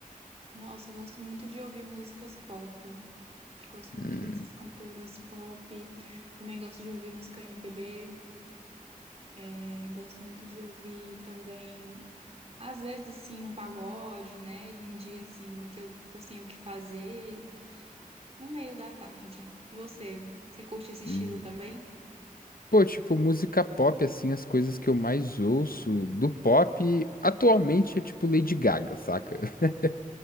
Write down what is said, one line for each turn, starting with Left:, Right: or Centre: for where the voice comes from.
Right: Nossa, eu gosto muito de ouvir músicas pop. Gosto
Left: Hum,
Right: muito dessas cantoras pop. Também gosto de ouvir música MPB. É, gosto muito de ouvir também Às vezes, assim, um pagode, né? Em um dia, assim, que eu tô sem o que fazer, no meio da tarde. E você? Você curte esse estilo
Left: hum.
Right: também?
Left: Pô, tipo, música pop, assim, as coisas que eu mais ouço do pop atualmente é tipo Lady Gaga, saca? <laughs>